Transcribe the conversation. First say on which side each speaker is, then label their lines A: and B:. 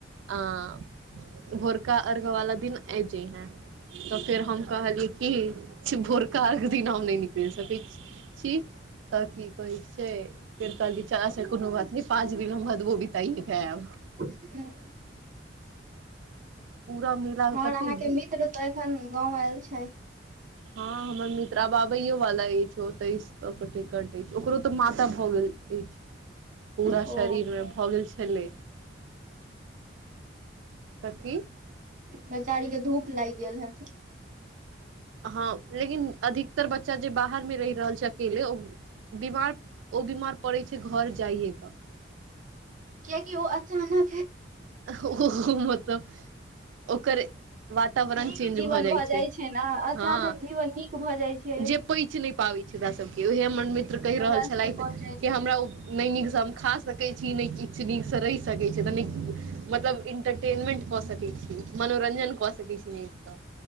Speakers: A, on the right; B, on the right.
A: आ भोरका अर्घ्य वला दिन आइब जइहैं तऽ फेर हम कहलियै कि भोरका दिन हम नै निकलि सकैत छी तऽ की कहैत छै फेर कहलके चल कोनो बात नहि पाँच भी भगवदो वो बीताइए खैब
B: <unintelligible>
A: पूरा <unintelligible>
B: आर अहाँके
A: बी
B: मित्र तऽ एखन गाँव आयल छथि
A: हँ हमर मित्र आब आबैयो वाला अछि ओ तेइस क ओकर टिकट अछि ओकरो तऽ माता भऽ गेल अछि पूरा
B: ओ
A: शरीर मे भऽ गेल छलै कथी
B: बेेचारी के धूप लागि गेल हैत
A: हँ लेकिन अधिकतर बच्चा जे बाहर मे रहि रहल छै अकेले ओ बीमार ओ बीमार पड़ै छै घर जाइयएकेऽ
B: कियाकि ओ अचानके
A: ओ मतलब ओकरे वातावरण
B: नीक
A: चेंज
B: जीवन
A: भऽ जाइ छै
B: ने अचानक
A: हँ
B: जीवन नीक भऽ जाइ छै
A: जे पचि नहि पाबै छै ओरा सबके ओहे हमर मित्र कहि
B: हमरा
A: रहल छलथि
B: सबके पहुँचे
A: कि हमरा ओ नहि नीक से हम खा सकै छी नहि किछु नीक से रहि सकैत छी तऽ नहि मतलब इंटरटेनमेंट कऽ सकैत छी मनोरंजन कऽ सकैत छी नीकसँ